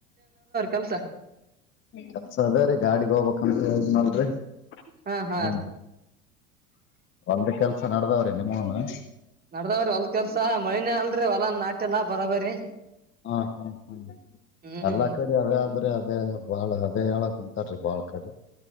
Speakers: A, on the right; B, on the left.
A: ಕೆಲ್ಸ
B: ಕೆಲ್ಸ ಅದೇ ರೀ ಗಾಡಿಗೆ ಹೋಗಬೇಕು ಕಂಪ ಹದ್ ನಲ್ರಿ
A: ಹಾ ಹಾ
B: ಹ್ಮ ಒಂದು ಕೆಲಸ ನಡದಾವ್ರೆ ನಿ ಮನು
A: ನಡದಾವ್ರಿ ಹೊಲ್ದ ಕೆಲ್ಸ ಮೈನೆ ಅಲ್ರರಿ ಹೊಲ ನಾಟಿಲ್ಲಾ ಬರಾ ಬರಿ
B: ಹಾ ಹಾ ಹ್ಮ
A: ಹ್ಮ್
B: ಎಲ್ಲಾ ಕಡೆ ಅದೇ ಆದ್ರೆ ಅ ಅದೇ ಬಾಳ ಅದೇ ಹೇಳ ಕುಮಂತಾರ್ರಿ ಬಾಳ್ ಕಡೆ